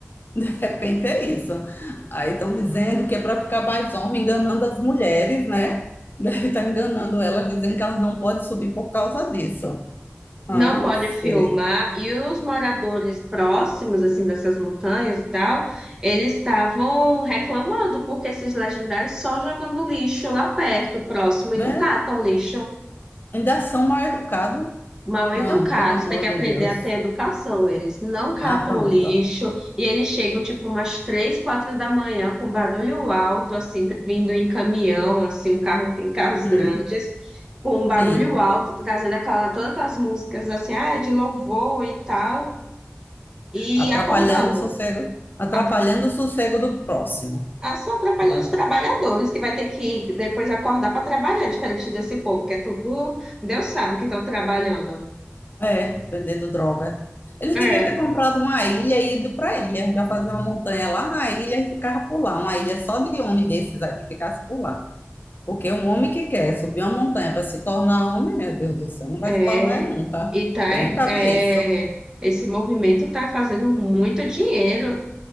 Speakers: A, on the left; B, on the right.
A: <laughs> De repente é isso. Aí estão dizendo que é para ficar mais homem, enganando as mulheres, né? Deve estar enganando elas, dizendo que elas não podem subir por causa disso. Ah,
B: Não pode filmar.
A: sei.
B: E os moradores próximos, assim, dessas montanhas e tal, eles estavam reclamando porque esses legendários só jogando lixo lá perto, próximo, e
A: Né?
B: não catam lixo.
A: Ainda são mal educados.
B: Mal
A: Não,
B: educados,
A: pelo amor
B: tem que aprender
A: de Deus.
B: a ter educação. Eles não catam
A: Ah, pronto.
B: lixo e eles chegam tipo umas três, quatro da manhã com barulho alto, assim, vindo em caminhão, assim, um carro em carros grandes,
A: Hum.
B: com um barulho
A: Sim.
B: alto, trazendo aquela, todas aquelas músicas assim, ah, de louvor e tal, e
A: Atrapalhando
B: acordando.
A: o sossego, atrapalhando
B: A,
A: o sossego do próximo.
B: a só atrapalhando
A: Dá
B: os trabalhadores, que vai ter que depois acordar para trabalhar, diferente desse povo, que é tudo, Deus sabe que estão trabalhando.
A: É, vendendo droga. Eles
B: É.
A: deviam ter comprado uma ilha e ido para a ilha, já fazer uma montanha lá na ilha e ficava por lá. Uma ilha só de homem desses aí que ficasse por lá. Porque um homem que quer subir uma montanha para se tornar homem, meu Deus do céu, não vai
B: É,
A: se tornar nunca.
B: e tá,
A: Eu
B: é,
A: nunca vi isso.
B: é, esse movimento está fazendo muito dinheiro.